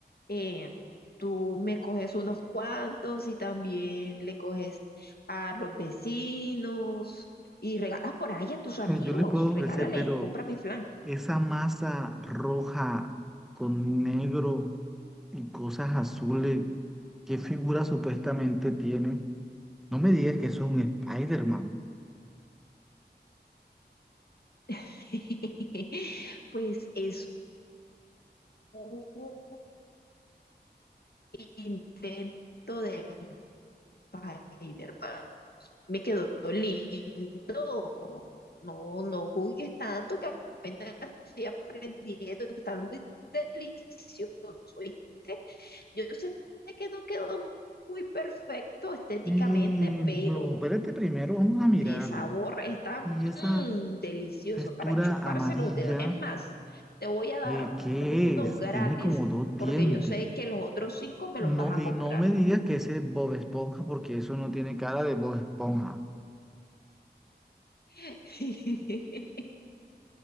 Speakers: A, on the left (about 60°); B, in the centre.
A: eh, tú me coges unos cuantos y también le coges a los vecinos y regalas por ahí a tus amigos,
B: Eh, Yo les puedo ofrecer,
A: regálale,
B: pero
A: cómprame flan.
B: Esa masa roja con negro y cosas azules, ¿qué figura supuestamente tiene? No me digas que eso es un Spider-Man.
A: <laughs> Pues es un intento de Spider-Man. Me quedó lindo. No, no juzgues tanto que apenas estoy aprendiendo. Está muy delicioso, ¿viste? Yo sé que no quedó muy perfecto estéticamente,
B: Y
A: pero
B: no, espérate primero, vamos a mirarlo.
A: de sabor está
B: Y esa
A: mm, delicioso
B: textura
A: para chuparse
B: amarilla,
A: los dedos. Es más, te voy a dar
B: ¿qué, qué
A: uno
B: es?
A: gratis
B: Tiene como dos dientes.
A: porque yo sé que los otros cinco me
B: No,
A: los vas a
B: y
A: comprar.
B: no me digas que ese es Bob Esponja, porque eso no tiene cara de Bob Esponja.
A: <laughs>